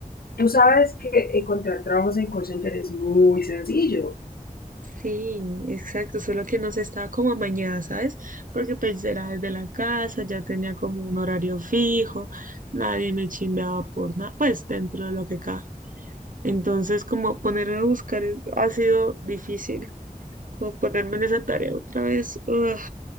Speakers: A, on the left; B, on the right.
A: Tú sabes que encontrar trabajos en call center es muy sencillo.
B: Sí, exacto, solo que no se estaba como amañada, ¿sabes? Porque pues era desde la casa, ya tenía como un horario fijo, nadie me chimbeaba por nada, pues dentro de lo que cabe. Entonces, como ponerme a buscar es- ha sido difícil, como ponerme en esa tarea otra vez, ugh,